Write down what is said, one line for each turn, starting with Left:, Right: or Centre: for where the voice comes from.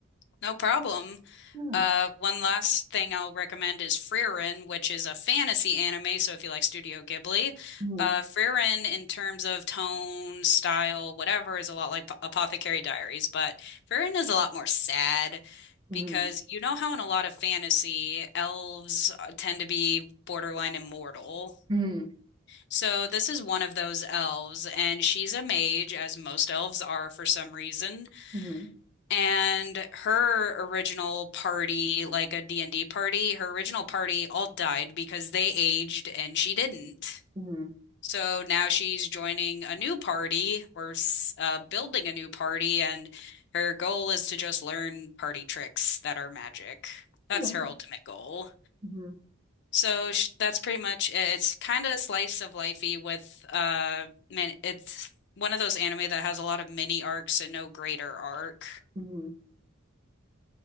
Left: No problem.
Right: Yeah.
Left: Uh, one last thing I'll recommend is Frieren, which is a fantasy anime. So if you like Studio Ghibli,
Right: hmm
Left: uh, Frieren in terms of tone, style, whatever, is a lot like P- Apothecary Diaries, but Frieren is a lot more sad
Right: hmm
Left: because you know how in a lot of fantasy, elves uh, tend to be borderline immortal.
Right: hmm
Left: So this is one of those elves, and she's a mage, as most elves are for some reason
Right: hmm
Left: and her original party, like a D and d party, her original party all died because they aged and she didn't.
Right: hmm
Left: So now she's joining a new party or s- uh, building a new party, and her goal is to just learn party tricks that are magic. That's
Right: Wow.
Left: her ultimate goal.
Right: hmm
Left: So sh that's pretty much it. It's kind of slice of lifey with uh man, it's one of those anime that has a lot of mini arcs and no greater arc.
Right: hmm